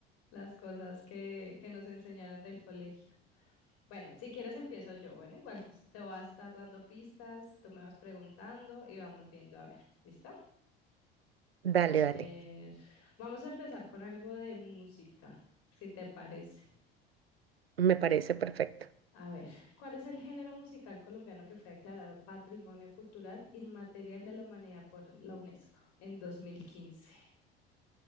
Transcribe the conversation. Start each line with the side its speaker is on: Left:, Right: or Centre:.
Left: las cosas que, que nos enseñaron del colegio. Bueno, si quieres empiezo yo. Bueno, igual te, te voy a estar dando pistas, tú me vas preguntando y vamos viendo a ver. ¿Listo?
Right: Dale,
Left: A
Right: dale.
Left: ver, vamos a empezar con algo de música, si te parece.
Right: Me parece perfecto.
Left: A ver, ¿cuál es el género musical colombiano que fue declarado Patrimonio Cultural Inmaterial de la Humanidad por la UNESCO en 2015?